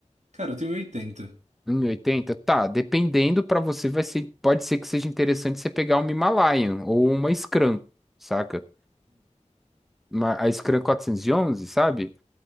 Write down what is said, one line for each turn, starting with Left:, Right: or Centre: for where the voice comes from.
Right: Cara, eu tenho 80.
Centre: um e oitenta Tá, dependendo pra você, vai ser, pode ser que seja interessante você pegar uma Himalayan ou uma Scrum, saca? uma- a Scrum 411, sabe?